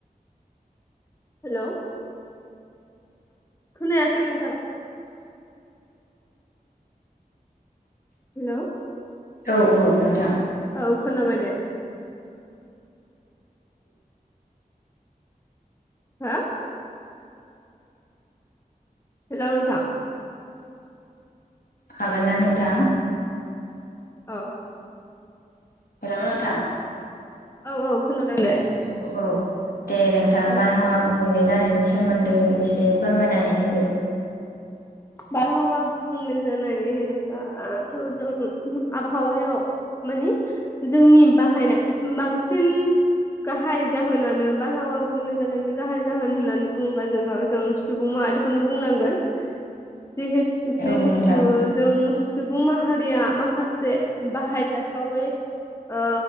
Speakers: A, on the left; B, on the left.
A: हेलौ खोनायासै नोंथां हेल'
B: औ औ नोंथां
A: औ खोनाबाय दे हा? हेल' नोंथां
B: हागोन ना नोंथां?
A: औ।
B: <unintelligible> नोंथां
A: औ औ खोनादों दे
B: औ औ। दे नोंथां
A: औ
B: बारहावा गुबुंले जानायनि सोमोनदै एसे फोरमायनानै होदो।
A: बारहावा गुबुंले जानाय होनोब्लाथ' जों आबहावायाव मानि जोंनि बाहायनाय बांसिन गाहाय जाहोनानो बारहावा गुबुंले जानायनि गाहाय जाहोन होननानै बुङोब्ला जों जों सुबुं माहारिखौनो बुंनांगोन। जिहे जिहेथु
B: औ नोंथां
A: जों सुबुं माहारिया माखासे बाहायजाथावै ओ